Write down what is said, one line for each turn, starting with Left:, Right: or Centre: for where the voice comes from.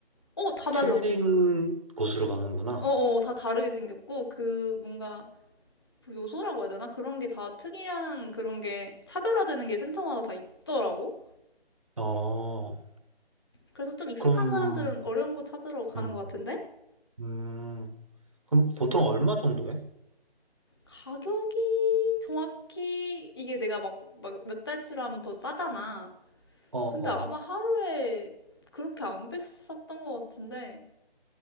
Left: 어, 다 달라.
Right: 틀린 곳으로 가는구나.
Left: 어, 어, 다 다르게 생겼고 그 뭔가 뭐 요소라고 해야 되나? 그런 게 다 특이한 그런 게 차별화되는 게 센터마다 다 있더라고.
Right: 어,
Left: 그래서 좀 익숙한
Right: 그럼,
Left: 사람들은 어려운 거 찾으러 가는
Right: 음,
Left: 것 같은데
Right: 음, 그럼 보통 얼마 정도 해?
Left: 가격이 정확히 이게 내가 막 막 몇 달치로 하면 더 싸잖아.
Right: 어, 어,
Left: 근데 아마 하루에 그렇게 안 비쌌던 것 같은데